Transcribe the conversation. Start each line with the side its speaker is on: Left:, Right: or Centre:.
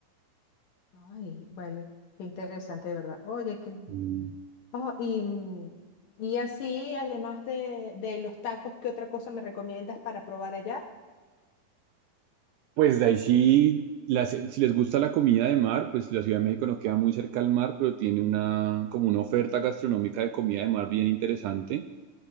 Left: Ay, vale, qué interesante de verdad. Oye, qué,
Right: Mm.
Left: Ah, y, mm, y así, además de, de los tacos, ¿qué otra cosa me recomiendas para probar allá?
Right: Pues de ahí sí, las- si les gusta la comida de mar, pues la Ciudad de México no queda muy cerca al mar, pero tiene una, como una oferta gastronómica de comida de mar bien interesante.